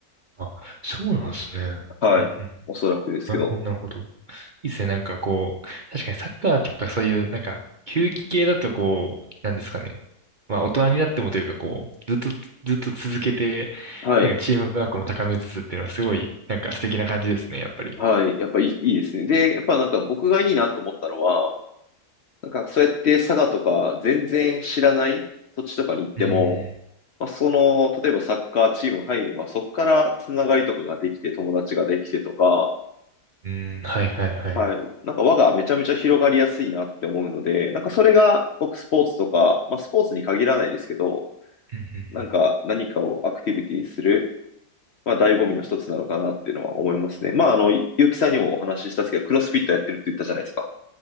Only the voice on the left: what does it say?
はい。
おそらくですけど。
はい。
はい。やっぱいい、いいですね。で、やっぱなんか僕がいいなと思ったのは、なんかそうやって佐賀とか全然知らない土地とかに行っても、
まあ、その、例えばサッカーチーム入れば、そこからつながりとかができて、友達ができてとか、
はい。なんか輪がめちゃめちゃ広がりやすいなって思うので、なんかそれが僕スポーツとか、まあスポーツに限らないですけど、
なんか何かをアクティビティする、まあ醍醐味の一つなのかなっていうのは思いますね。まああの、ゆゆうきさんにもお話ししたんですけど、クロスフィットやってるって言ったじゃないですか。